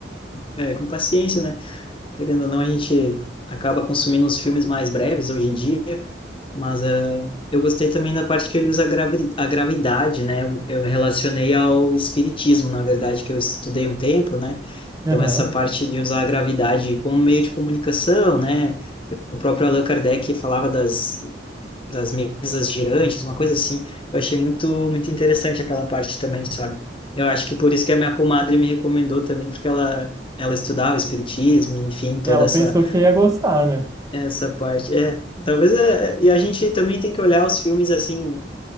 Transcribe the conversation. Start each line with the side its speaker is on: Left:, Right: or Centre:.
Left: É, com paciência, né? Querendo ou não, a gente acaba consumindo os filmes mais breves hoje em dia Mas é, eu gostei também da parte que ele usa a gravi- a gravidade, né? Eu, eu relacionei ao espiritismo, na verdade, que eu estudei um tempo, né?
Right: Aham.
Left: Então, essa parte de usar a gravidade como meio de comunicação, né? O próprio Allan Kardec falava das, das mesas girantes, uma coisa assim. Eu achei muito, muito interessante aquela parte também, sabe? Eu acho que por isso que a minha comadre me recomendou também, porque ela, ela estudava espiritismo, enfim, toda
Right: E ela
Left: essa
Right: pensou que você ia gostar, né?
Left: essa parte, é. Talvez é, é, e a gente também tem que olhar os filmes assim,